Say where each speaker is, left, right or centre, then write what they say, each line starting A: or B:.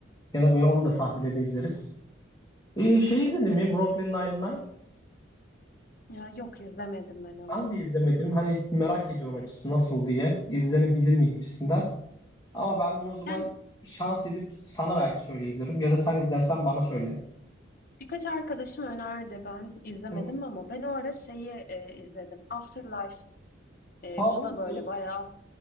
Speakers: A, on the left; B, on the left.
A: Ya da böyle onun da sahnelerini izleriz. Ee, şey izledin mi? Brooklyn Nine-Nine.
B: Ya yok izlemedim ben onu.
A: Ben de izlemedim. Hani merak ediyorum açısı nasıl diye. İzlenebilir mi gibisinden. Ama ben bunu o zaman
B: Yani
A: şans edip sana belki söyleyebilirim. Ya da sen izlersen bana söyle.
B: birkaç arkadaşım önerdi ben izlemedim
A: Hı.
B: ama ben o ara şeyi e, izledim. Afterlife. E,
A: Ha
B: o
A: o
B: da
A: nasıl?
B: böyle bayağı